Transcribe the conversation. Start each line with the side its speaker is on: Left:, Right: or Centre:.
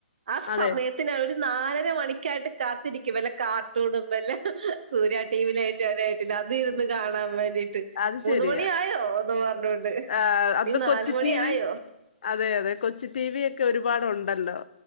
Right: ആ
Left: അതെ
Right: സമയത്തിന് അവര് നാലര മണിക്കായിട്ട് കാത്തിരിക്കും വല്ല കാർട്ടൂണും വല്ലെ സൂര്യ ടി വി യിലും ഏഷ്യാനെറ്റ്‌ ലും അത് ഇരുന്ന് കാണാൻ വേണ്ടിട്ട്
Left: അത്
Right: മൂന്ന്
Left: ശരിയാ
Right: മണി ആയോ ഒന്ന് പറഞ്ഞോണ്ട്
Left: ആ
Right: അല്ലെൽ
Left: അത്
Right: നാല്
Left: കൊച്ചി
Right: മണി
Left: ടി വി
Right: ആയോ
Left: അതെ അതെ കൊച്ച് ടി വി ഒക്കെ ഒരുപാടുണ്ടല്ലോ